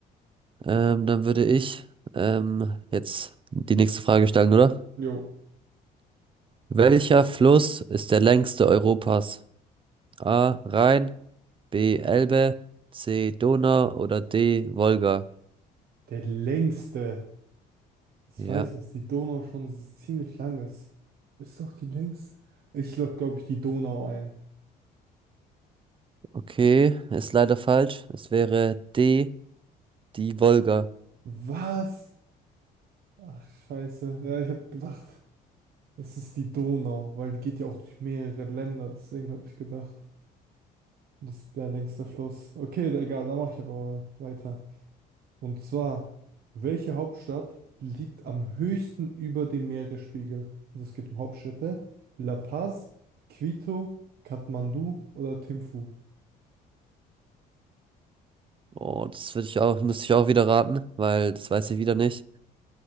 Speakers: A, on the right (about 30°); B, on the right (about 65°).
A: Ähm, dann würde ich ähm, jetzt die nächste Frage stellen, oder?
B: Jo.
A: Welcher Fluss ist der längste Europas? A. Rhein, B. Elbe, C. Donau oder D. Wolga.
B: Der längste. Ich
A: Ja,
B: weiß, dass die Donau schon s- ziemlich lang ist. Ist doch die längste. Ich log, glaube ich, die Donau ein.
A: okay, ist leider falsch. Es wäre D, die Wolga.
B: Was? Ach, scheiße. Ja, ich habe gedacht, es ist die Donau, weil die geht ja auch durch mehrere Länder. Deswegen habe ich gedacht, das ist der längste Fluss. Okay, da- egal, da mache ich aber mal weiter. Und zwar, welche Hauptstadt liegt am höchsten über dem Meeresspiegel? Also es geht um Hauptstädte. La Paz, Quito, Kathmandu oder Thimphu?
A: Oh, das würde ich auch, müsste ich auch wieder raten, weil das weiß ich wieder nicht.